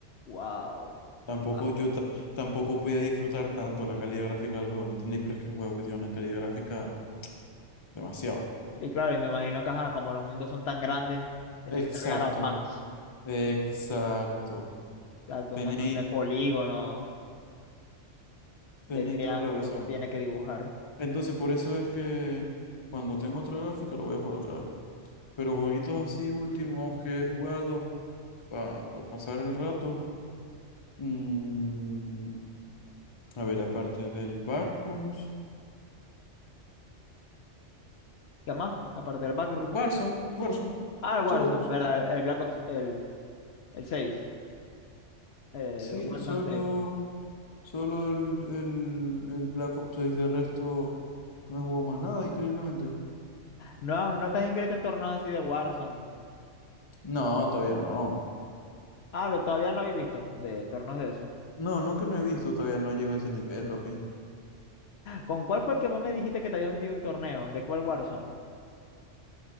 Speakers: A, on the left; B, on the left.
A: Wow, tan
B: Tampoco
A: bajo.
B: yo ta- tampoco podía disfrutar tanto la calidad gráfica del juego, ¿me entendí? Pero es que es un juego que tiene una calidad gráfica demasiado.
A: Y claro, y me imagino que ajá, como los mundos son tan grandes, tienes
B: Exacto,
A: que cargar aún más.
B: exacto.
A: Exacto,
B: Tenéis,
A: un montón de polígonos,
B: tenéis
A: de triángulos
B: toda la razón.
A: que tienes que dibujar.
B: Entonces, por eso es que cuando tengo otra gráfica lo voy a jugar otra vez. Pero jueguitos así últimos que he jugado para pasar el rato. mm, a ver, aparte del Backrooms.
A: ¿Qué más? Aparte del Backrooms.
B: Warzone, Warzone,
A: Ah, el Warzone,
B: solo Warzone.
A: ¿verdad? El Black Ops, el, el 6, El
B: Sí,
A: Warzone
B: solo,
A: seis.
B: solo el, el, el Black Ops seis De resto, no he jugado más nada, increíblemente.
A: No, no te has inscrito en torneos así de Warzone.
B: No, todavía no.
A: Ah, lo, todavía no habéis visto de torneos de eso.
B: No, no que no he visto, todavía no llego a ese nivel, papi.
A: ¿Con cuál fue que vos me dijiste que te habías metido en un torneo? ¿De cuál Warzone?